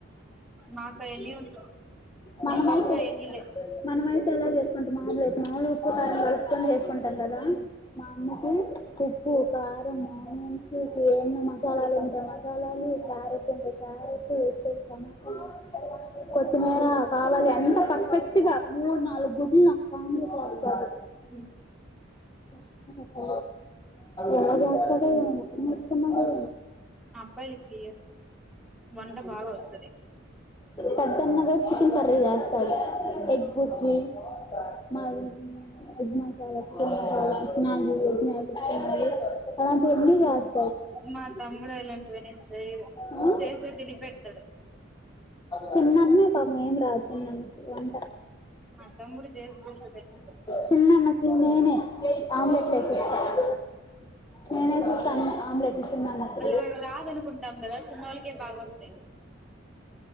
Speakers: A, in the centre; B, on the left (about 20°).
A: మాకు అవన్నీ ఉండవు
B: మన
A: మా తమ్ముడు
B: మయితే
A: అయన్నీ లే
B: మ మనంమయితే ఎలా చేసుకుంటాం మామ్లెట్ మామూలు ఉప్పు ట వరపుని చేసుకుంటాం కదా మా అన్నకి ఉప్పు కారం ఆనియన్స్ ఎన్నో మసాలాలు ఉంటాయి మసాలాలు క్యారెట్ ఉంటాయి క్యారెట్ టమాటా కొత్తిమీర కావాలి అంత పర్ఫెక్ట్ గా మూడు నాలుగు గుడ్లు న ఆమ్లెట్ వేస్తారు
A: ఉమ్.
B: స ఎలా జస్తగా ముక్క నర్చుకున్నాడా
A: అబ్బాయిలకి వంట బాగా వస్తది
B: పెద్దన్న కూడా చికెన్ కర్రీ చేస్తాడు ఎగ్ బుజి మాది ఎగ్ మాస్ చ త మ మ్యాగి మ్యాగి ఇష్టమండి అలాంటివన్నీ చేస్తా
A: మా తమ్ముడు ఇలాంటివన్నీ సేయడు
B: ఆ
A: చేస్తే తిని పెడతాడు
B: చిన్నన్నే పాపం ఏం రాదు చిన్నన్నకి వంట
A: మా తమ్ముడు చేసి పెడతాడు
B: చిన్నన్న ఈ నేనే ఆమ్లెట్లు ఏసిస్తాను నేనే ఏసిస్తాను ఆమ్లెట్లు చిన్నన్న కి
A: వాళ్ళు రాదనుకుంటాం కదా చిన్నోళ్ళకే బాగా వస్తాయి